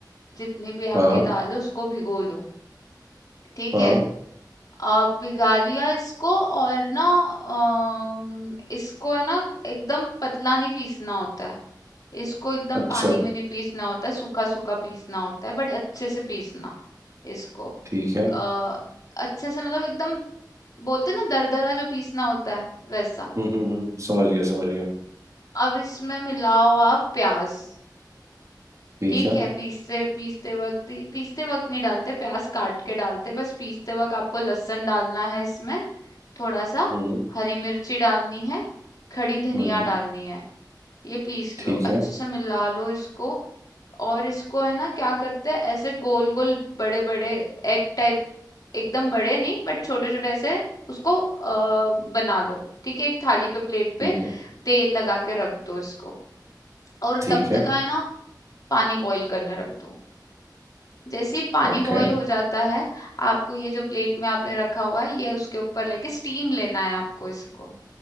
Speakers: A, on the left; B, on the right.
A: जितनी भी
B: हाँ
A: आपकी दाल है उसको भिगो लो। ठीक
B: हाँ
A: है आ, भिगा लिया इसको और ना अम, इसको है ना एकदम पतला नहीं पीसना होता है इसको एकदम
B: अच्छा
A: पानी में नहीं पीसना होता है सूखा सूखा पीसना होता है बट अच्छे से पीसना इसको
B: ठीक है
A: आ, अच्छे से मतलब एकदम बोलते ना दरदरा जो पीसना होता है वैसा
B: हम्म हम्म हम्म समझ गया समझ गया
A: अब इसमें मिलाओ आप प्याज
B: ठीक
A: ठीक
B: है
A: है पीसते पीसते वक्त ही- पीसते वक्त नहीं डालते प्याज काट के डालते बस पीसते वक्त आपको लहसुन डालना है इसमें थोड़ा सा
B: हम्म
A: हरी मिर्ची डालनी है खड़ी धनिया
B: हम्म
A: डालनी है ये पीस
B: ठीक
A: लो अच्छे
B: है
A: से मिला लो इसको और इसको है ना क्या करते हैं ऐसे गोल गोल बड़े बड़े एग टाइप एकदम बड़े नहीं बट छोटे छोटे ऐसे उसको अ, बना लो ठीक है एक थाली पे प्लेट पे
B: ठीक है
A: तेल लगा के रख दो इसको और
B: ठीक
A: तब तक
B: है
A: है ना पानी बॉईल करने रख दो जैसे ही पानी
B: ओके
A: बॉईल हो जाता है आपको ये जो प्लेट में आपने रखा हुआ है ये उसके ऊपर लेके स्टीम लेना है आपको इसको